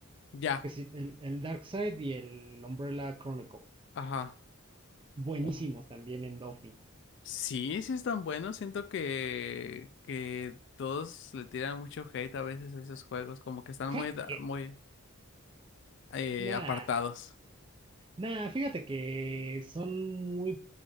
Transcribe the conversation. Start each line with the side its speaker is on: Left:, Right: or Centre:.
Left: Ya,
Right: que sí, el, el Darkseid y el Umbrella Chronicles.
Left: ajá.
Right: Buenísimos
Left: Oh.
Right: también en Dolphin.
Left: Sí, sí están buenos. Siento que, que todos le tiran mucho hate a veces a esos juegos, como que están
Right: Kraken.
Left: muy, da- muy eh,
Right: Nah.
Left: apartados.
Right: Nah, fíjate que son muy...